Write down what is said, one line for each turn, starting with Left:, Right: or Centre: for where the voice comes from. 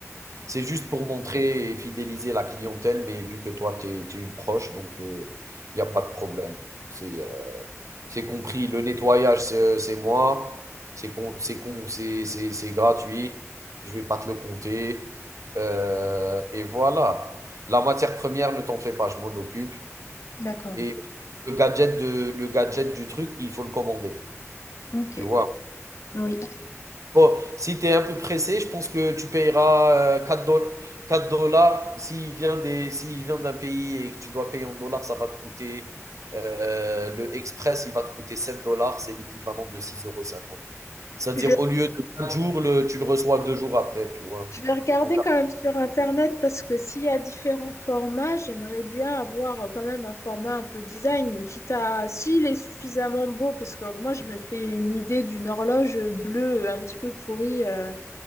Right: C'est juste pour montrer et fidéliser la clientèle, mais vu que toi, tu es, une proche, donc il n'y a pas de problème. C'est euh, c'est compris. Le nettoyage, c'est euh, c'est moi. C'est con- c'est con- c'est- c'est- c'est gratuit. Je vais pas te le compter. Euh, et voilà. La matière première, ne t'en fais pas, je m'en occupe.
Left: D'accord.
Right: Et le gadget de le gadget du truc, il faut le commander,
Left: Ok.
Right: tu vois?
Left: Oui.
Right: Bon, si tu es un peu pressé, je pense que tu payeras, heu, 4 doll 4 dollars s'il vient des s'il vient d'un pays et que tu dois payer en dollars, ça va te coûter, heu, le express, il va te coûter 7 dollars, c'est l'équivalent de six euros cinquante. C'est-à-dire
Left: Je,
Right: au lieu de 4 jours, le tu le reçois 2 jours après, tu vois?
Left: je vais regarder
Right: En 4
Left: quand même sur Internet parce que s'il y a différents formats, j'aimerais bien avoir euh, quand même un format un peu design, quitte à s'il est suffisamment beau, parce que moi je me fais une idée d'une horloge bleue un petit peu pourrie. euh,